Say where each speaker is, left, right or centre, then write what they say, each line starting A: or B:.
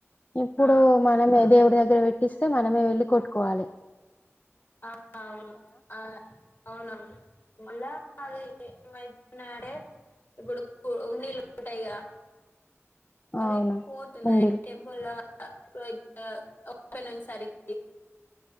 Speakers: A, on the left (about 30°); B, on the left (about 50°).
A: ఇప్పుడు
B: ఆ,
A: మనమే దేవుడి దగ్గర పెట్టిస్తే మనమే వెళ్ళి కొట్టుకోవాలి
B: ఆ అవును ఆ అవునవును మళ్ళ అవేలె అ మైత్యఅడే ఇప్పుడు ఉందేలూన్టాయిగా అవి
A: అవును
B: పోతున్నాయి
A: ఉండీలు
B: టెంపోలా అ ఒన్ అర్ ఓపెన్ ఉన్ సరికి